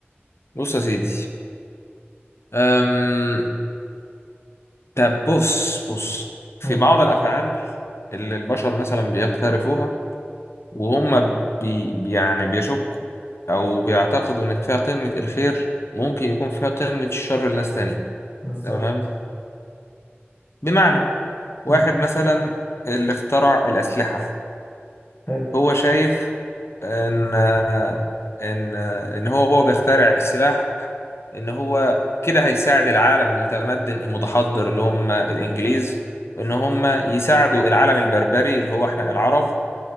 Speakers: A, on the left (about 75°); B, on the left (about 55°).
A: بص يا سيدي أم... طب بص بص في
B: مم.
A: بعض الأفعال اللي البشر مثلا بيقترفوها وهم بي... بي- يعني بيشكوا أو بيعتقدوا إن فيها قمة الخير ممكن يكون فيها قمة الشر لناس تانية
B: بالظبط
A: تمام بمعنى واحد
B: مم.
A: مثلا اللي اخترع الأسلحة
B: حلو
A: هو شايف ان ان ان هو هو بيخترع السلاح ان هو كده هيساعد العالم المتمدن المتحضر اللي هم الانجليز ان هم يساعدوا العالم البربري اللي هو احنا العرب